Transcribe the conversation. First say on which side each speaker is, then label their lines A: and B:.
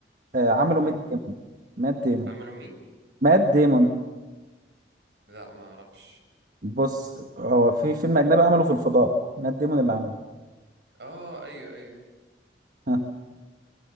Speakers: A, on the right; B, on the right.
A: آه، عمله
B: امم
A: مات ديمون مات ديمون
B: عملوا مين؟
A: مات ديمون
B: لا ما اعرفش
A: بص هو في فيلم اجنبي عمله في الفضاء مات ديمون اللي عمله
B: اه ايوه ايوه
A: ها